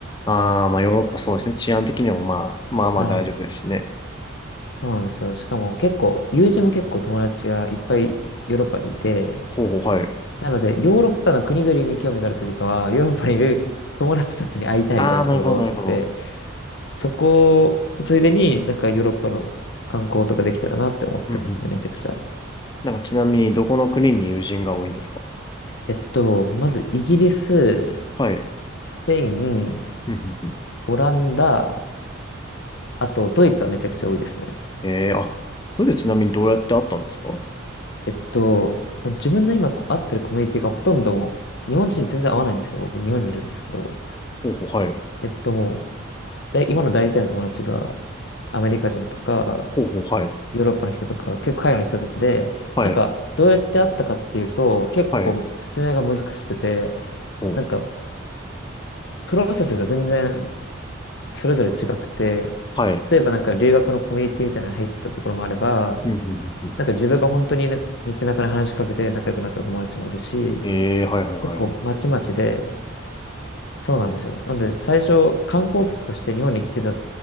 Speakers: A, on the left; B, on the left.
A: ああ、まあ、ヨーロッパそうですね。治安的にもまあ、まあまあ大丈夫ですしね。
B: はい。そうなんですよ。しかも結構、友人も結構友達がいっぱいヨーロッパにいて、
A: ほうほう、はい。
B: なので、ヨーロッパの国々に興味があるというよりかは、ヨーロッパにいる友達たちに会いたいみたいなところが大きくて、
A: ああ、なるほど、なるほど。
B: そこ、ついでになんかヨーロッパの観光とかできたらなって思ってますね、
A: うんうんうん
B: めちゃくちゃ。
A: なんかちなみに、どこの国に友人が多いんですか
B: えっと、まずイギリス、ス
A: はい。
B: ペイン、
A: うんうんうん
B: オランダ、あとドイツはめちゃくちゃ多いですね。
A: ええーあ、それでちなみにどうやって会ったんですかほ
B: えっと、まあ自分の今会ってるコミュニティがほとんどもう日本人に全然合わないんですよ。僕日本にいるんですけど。
A: うほう、はい。
B: えっともう、で、今の大体の友達がアメリカ人とか、
A: ほうほう、はい。
B: ヨーロッパの人とか、結構海外の人たちで、
A: はい。
B: なんか、どうやって会ったかっていうと、結構説明が難しくて、
A: はい。お、
B: なんか、プロセスが全然それぞれ違くて、
A: はい。
B: 例えばなんか留学のコミュニティみたいなのに入ったところもあれば、
A: うん、うん、うん、うん
B: なんか自分が本当にね道中で話しかけて仲良くなった友達もいるし、
A: ええ、はいはいはい。
B: 結構まちまちで、そうなんですよ。なので最初観光客として日本に来てた